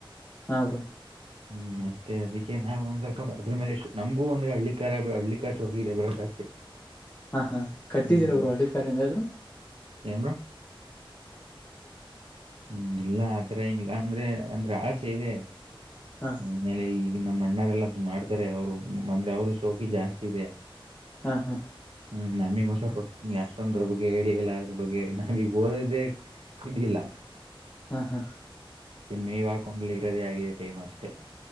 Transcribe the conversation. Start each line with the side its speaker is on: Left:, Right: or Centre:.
Left: ಹ್ ಬ್ರೋ
Right: ಹ್ಮ್ ಅಷ್ಟೇ ಅದಕ್ಕೆ ನಾವು ಒಂದ್ ಸ್ವಲ್ಪ ಅದ್ರ ಮೇಲೆ ನಮಗೂ ವೊಂದ್ ್ರೆ ಹಳ್ಳಿ ಕ ಹಳ್ಳಿ ಕಾರ್ ಶೋಗಿ ಇದೆ ಬ್ರೋ ಜಾಸ್ತಿ
Left: ಹಾ ಹಾ ಕಟ್ಟಿದರ
Right: ಹ್ಮ್
Left: ಬ್ರೋ ಹಳ್ಳಿ ಕಡೆ ಏನಾದ್ರು
Right: ಏನ್ ಬ್ರೋ ಹ್ಮ್ ಇಲ್ಲ ಆತರ ಏನಿಲ್ಲ ಅಂದ್ರೆ ಅಂದ್ರೆ ಆಸೆ ಇದೆ
Left: ಹಾ
Right: ಇಮೇಲೆ ಈ ನಮ್ಮ ಅಣ್ಣಾರೆ ಎಲ್ಲ್ದು ಮಾಡ್ತಾರೆ ಅವ್ರು ಬಂದ್ರೆ ಅವ್ರ ಶೋಕಿ ಜಾಸ್ತಿ ಇದೆ
Left: ಹಾ ಹಾ
Right: ಹ್ಮ್ ನಮಿಗ ಒಸಪಷ್ಟೊಂದ್ರ ಬಗ್ ಐಡಿಯಾ ಇಲ್ಲ ಅದ್ರ ಬಗ್ಗೆ ನೀಗ ಓದದೇ ಇದಿಲ್ಲ
Left: ಹಾ ಹಾ
Right: ನೀವ್ ಹಾಕೊಂಡ್ ಇರೋದೇ ಆಗಿದೆ ಟೈಮ್ ಅಷ್ಟೇ